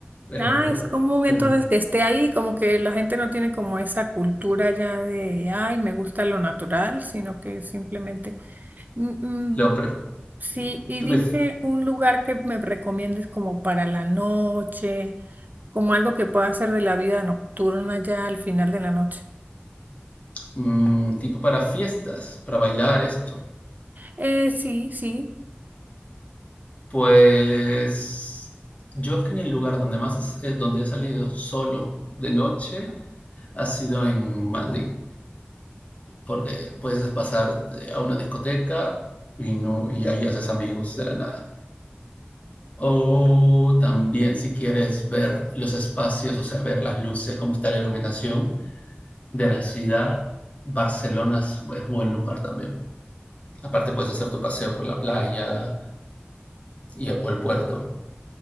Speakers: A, on the left; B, on the right.
A: Pero,
B: Ah, es común entonces
A: pero,
B: que esté ahí, como que la gente no tiene como esa cultura ya de, ay, me gusta lo natural, sino que simplemente, "Mm, mm,
A: lo, pre-
B: sí, y
A: tú
B: dime
A: ujú.
B: un lugar que me recomiendes como para la noche, como algo que pueda hacer de la vida nocturna ya al final de la noche.
A: Mm, tipo para fiestas, para bailar esto.
B: Eh, sí, sí.
A: Pues yo es que en el lugar donde más es, eh, donde he salido solo de noche ha sido en Madrid, porque puedes pasar de- a una discoteca y, no, y ahí haces amigos de la nada. O también si quieres ver los espacios, o sea, ver las luces, cómo está la iluminación de la ciudad, Barcelona es, es buen lugar también. Aparte puedes hacer tu paseo por la playa y, o el puerto.